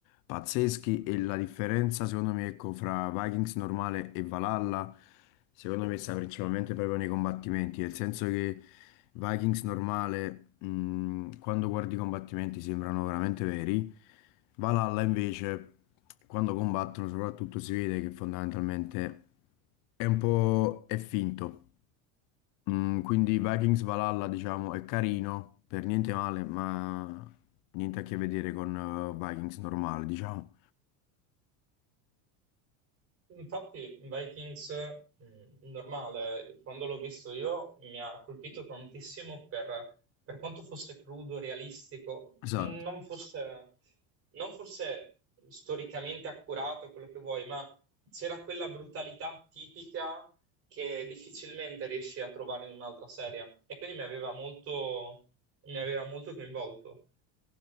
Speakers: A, on the left; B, on the right.
A: pazzeschi e la differenza, secondo me, ecco, fra Vikings normale e Valhalla, secondo me, sta principalmente proprio nei combattimenti, nel senso che Vikings normale, mh, quando guardi i combattimenti, sembrano veramente veri. Valhalla, invece, quando combattono, soprattutto si vede che fondamentalmente è un po' è finto. Mm, quindi Vikings Valhalla, diciamo, è carino, per niente male, ma niente a che vedere con eh, Vikings normale, diciamo.
B: Infatti, Vikings, mh, normale, quando l'ho visto io mi ha colpito tantissimo per, per quanto fosse crudo, realistico,
A: Esatto.
B: non fosse, non fosse storicamente accurato quello che vuoi, ma c'era quella brutalità tipica che difficilmente riesci a trovare in un'altra serie. E quindi mi aveva molto, mi aveva molto coinvolto.